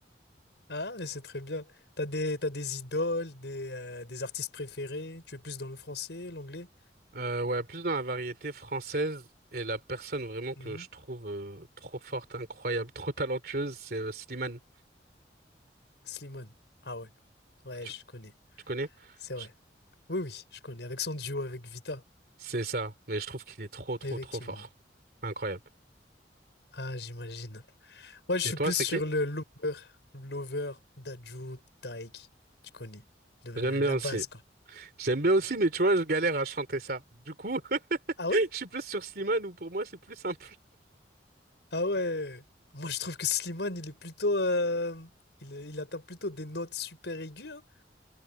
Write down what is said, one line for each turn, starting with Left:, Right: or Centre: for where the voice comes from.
Left: Ah, mais c'est très bien. T'as des, t'as des idoles, des, euh, des artistes préférés. Tu es plus dans le français, l'anglais?
Right: Euh, ouais, plus dans la variété française. Et la personne vraiment que
Left: Mhm.
Right: je trouve euh, trop forte, incroyable, trop talentueuse, c'est euh, Slimane.
Left: Slimane. Ah ouais. Ouais,
Right: Tu,
Left: je connais.
Right: tu connais?
Left: C'est vrai.
Right: Je-
Left: Oui, oui, je connais. Avec son duo avec Vita.
Right: C'est ça, mais je trouve qu'il est trop, trop,
Left: Effectivement.
Right: trop fort. Incroyable.
Left: Ah, j'imagine. Moi, je
Right: Et
Left: suis
Right: toi,
Left: plus
Right: c'est
Left: sur
Right: qui?
Left: le Lover, Lover, Dadju, Taïk. Tu connais le-
Right: J'aime
Left: la,
Right: bien
Left: la
Right: aussi.
Left: base, quoi.
Right: J'aime bien aussi, mais tu vois, je galère à chanter ça. Du coup, <laughs>
Left: Ah ouais?
Right: je suis plus sur Slimane où pour moi, c'est plus simple.
Left: Ah ouais. Moi, je trouve que Slimane, il est plutôt. euh, il, il atteint plutôt des notes super aiguës hein,